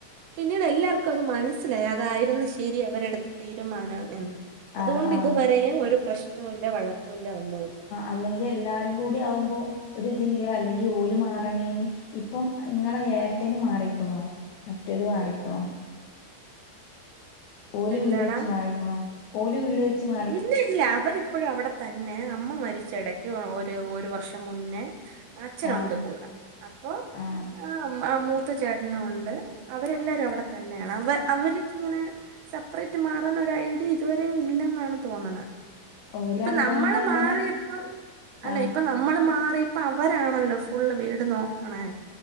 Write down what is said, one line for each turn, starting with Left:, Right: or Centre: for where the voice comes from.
Right: പിന്നീട് എല്ലാർക്കും അത് മനസ്സിലായി. അതായിരുന്നു ശരി അവര്എടുത്ത തീരുമാനം എന്ന്. അതുകൊണ്ട്
Left: ആഹ് ആഹ്
Right: ഇതുവരെയും ഒരു പ്രശ്നൂല്ല. വഴക്കുല്ല ഒന്നുല്ല.
Left: അല്ലെങ്കിൽ എല്ലാരും കൂടി ആകുമ്പോൾ ഒരിതില് അല്ലെങ്കിൽ ഓലു മാറണേന് ഇപ്പം ഇങ്ങളെ ഏട്ടേന് മാറിക്കണോ? മറ്റേത് മാറിക്കണോ? ഓ
Right: എന്താടാ
Left: വീട് വെച്ച് മാറിക്കണോ ഓ വീട് വെച്ച മാ
Right: ഇല്ല ഇല്ല അവര് ഇപ്പോഴും അവിടെ തന്നെ അമ്മ മരിച്ചിടക്ക് ഒരു വർഷം മുന്നേ അച്ഛനുണ്ട്
Left: ആഹ്
Right: കൂടെ ആ
Left: ആഹ്
Right: ആ ആ മൂത്ത ചേട്ടനും ഉണ്ട്. അവരെല്ലാരും അവിടെ തന്നെയാണ്. അവ അവർക്കിങ്ങനെ സെപ്പറേറ്റ് മാറാൻ ഒരു ഐഡിയ ഇതുവരെയ ഇല്ലെന്നാണ് തോന്നുന്നത്.
Left: ഓല്
Right: ഇപ്പൊ
Left: അവിടെന്നെ
Right: നമ്മള്
Left: ഇങ്ങനെ
Right: മാറിയപ്പം അല്ല
Left: ആഹ്
Right: ഇപ്പ നമ്മ നമ്മൾ മാറിയപ്പോ അവരാണല്ലോ ഫുള്ള് വീട് നോക്കണേ.